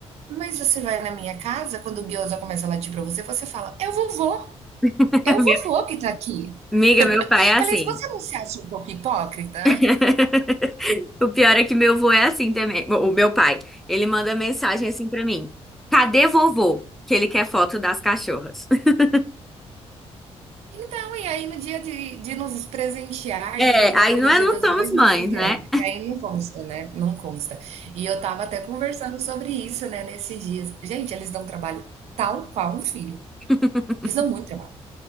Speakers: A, on the right; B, in the centre.
A: mas você vai na minha casa, quando o guiosa começa a latir pra você, você fala, é o vovô,
B: <laughs>
A: é o vovô
B: Meu-
A: que tá aqui.
B: Amiga, meu pai é assim.
A: Falei, você não se acha um pouco hipócrita?
B: <laughs> O pior é que meu avô é assim também. O meu pai, ele manda mensagem assim pra mim: Cadê vovô? Que ele quer foto das cachorras. <laughs>
A: Então, e aí no dia de, de nos presentear,
B: É,
A: de nos dar
B: aí
A: Feliz
B: não é,
A: Dia
B: não
A: das
B: somos
A: Mães,
B: mães,
A: não, não quer.
B: né?
A: Aí não consta, né? Não consta. E eu tava até conversando sobre isso, né, nesses dias. Gente, eles dão trabalho tal qual um filho.
B: <laughs>
A: Eles dão muito trabalho.